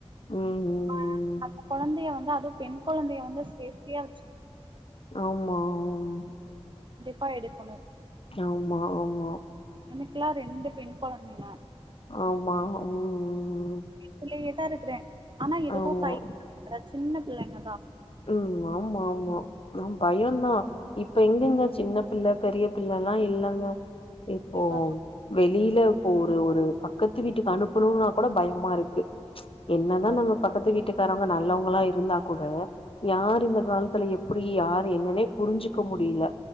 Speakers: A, on the left; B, on the right.
A: ம் ம்
B: கொ நம்ம கொழந்தைய வந்து அதுவு பெண் கொழந்தைய வந்து சேஃப்ட்டியா
A: ஆமா ஆம்
B: பா எடுக்கணு
A: ஆமா ஆமா
B: எனக்கெல்லா ரெண்டு பெண் கொழந்தைங்க
A: ஆமா ம்
B: குள்ளேயே தா இருக்குறே ஆனா இதுக்கு
A: ஆமா
B: கைக் அதாது சின்ன புள்ளைங்க
A: ம் ஆமா ஆமா ஆம் பயோந்தா இப்ப எங்கங்க சின்ன புள்ள பெரிய புள்ளல்லா இல்லங்க இப்போ
B: கண்டிப்பா தோழி
A: வெளியில போற ஒரு பக்கத்து வீட்டுக்கு அனுப் பொண்ணுகனா கூட பயமாருக்கு என்னதா
B: கண்டிப்பா
A: நம்ம
B: தோழி
A: பக்கத்து வீட்டுக்காரவங்க நல்லவங்களா இருந்தா கூட யாரு இந்த காலத்துல எப்பிடி யார் என்னன்னே புரிஞ்சுக்க முடில